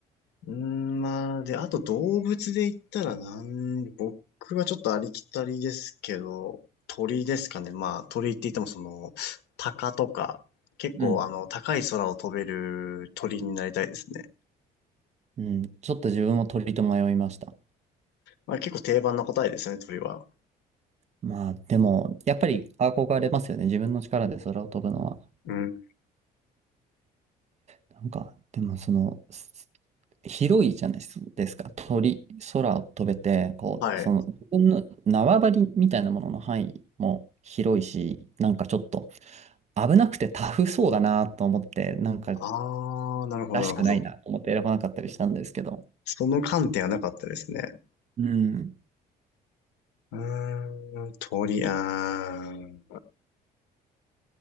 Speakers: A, on the left; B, on the right.
A: うーん、まあ、で、あと動物で言ったらなん、僕はちょっとありきたりですけど、鳥ですかね。まあ、鳥って言ってもその、鷹とか、結構あの、
B: うん。
A: 高い空を飛べる鳥になりたいですね。
B: うん。ちょっと自分も鳥と迷いました。
A: まあ、結構定番な答えですね、鳥は。
B: まあ、でも、やっぱり憧れますよね。自分の力で空を飛ぶのは。
A: うん。
B: なんか、でもその、す広いじゃないですか。鳥、空を飛べて、こう、
A: はい。
B: その、自分の縄張りみたいなものの範囲も広いし、なんかちょっと危なくてタフそうだなと思って、なんか
A: ああ、なるほど、
B: らしくないなと思って選ばなかったりしたんですけど、
A: なるほど。その観点はなかったですね。
B: うん。
A: うーん、鳥、あー。